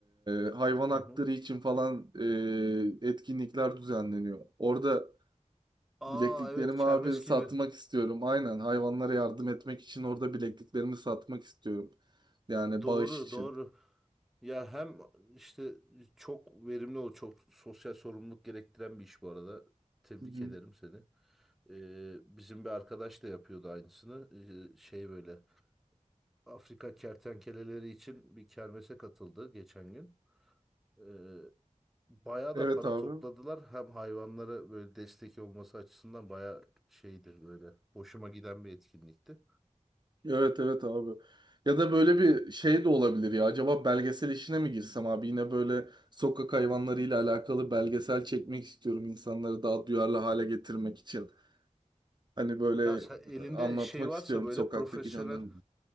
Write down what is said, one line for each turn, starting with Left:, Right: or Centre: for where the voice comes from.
Right: e, hayvan hakları
Centre: Hı hı.
Right: için falan e, etkinlikler düzenleniyor. Orada
Centre: Aa
Right: Bilekliklerimi
Centre: evet kermes
Right: abi satmak
Centre: gibi.
Right: istiyorum. Aynen hayvanlara yardım etmek için orada bilekliklerimi satmak istiyorum. Yani
Centre: Doğru,
Right: bağış için.
Centre: doğru. Ya hem işte çok verimli ol, çok sosyal sorumluluk gerektiren bir iş bu arada. Tebrik
Right: Hı hı.
Centre: ederim seni. Ee, bizim bir arkadaş da yapıyordu aynısını. Ee, şey böyle Afrika kertenkeleleri için bir kermese katıldı geçen gün. Ee, bayağı
Right: Evet
Centre: da para
Right: abi.
Centre: topladılar. Hem hayvanlara böyle destek olması açısından bayağı şeydir böyle. Hoşuma giden bir etkinlikti.
Right: Evet evet abi. Ya da böyle bir şey de olabilir ya. Acaba belgesel işine mi girsem abi? Yine böyle sokak hayvanlarıyla alakalı belgesel çekmek istiyorum. insanları daha duyarlı hale getirmek için. Hani böyle
Centre: Ya sen elinde
Right: e, anlatmak
Centre: şey varsa
Right: istiyorum
Centre: böyle
Right: sokaktaki
Centre: profesyonel
Right: canlarımı.